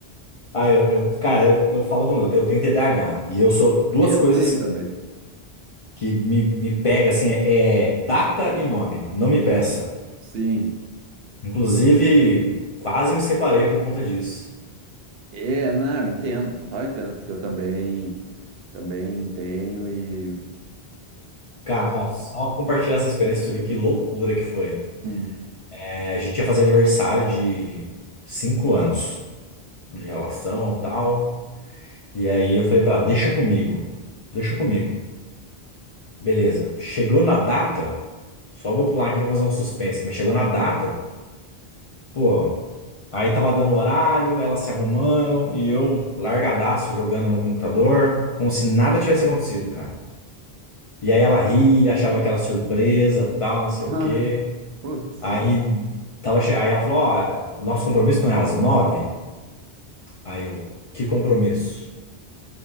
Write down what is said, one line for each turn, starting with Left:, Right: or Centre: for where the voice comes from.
Left: Ah, eu, eu- cara, eu, eu falo do meu, eu tenho TDAH. E eu sou duas
Right: Eu
Left: coisas
Right: tenho também.
Left: que me, me pega assim, é, é data e nome. Não me peça.
Right: Sim.
Left: Inclusive, quase me separei por conta disso.
Right: É, não, eu entendo, total entendo, porque eu também. Também tenho e.
Left: Cara, ó, só compartilhar essa experiência pra você ver que loucura que foi.
Right: Hum. <laughs>
Left: É, a gente ia fazer aniversário de cinco anos de relação, tal. E aí eu falei pra ela, deixa comigo, deixa comigo. Beleza. Chegou na data, só vou pular aqui pra fazer um suspense, mas chegou na data, pô, aí tava dando o horário, elas se arrumando e eu largadaço jogando no computador, como se nada tivesse acontecido, cara. E aí ela ria, achava aquela surpresa, tal, não sei
Right: Ah,
Left: o quê.
Right: putz.
Left: Aí tava, che- aí ela falou, ó, o nosso compromisso não é às nove? Aí eu, que compromisso?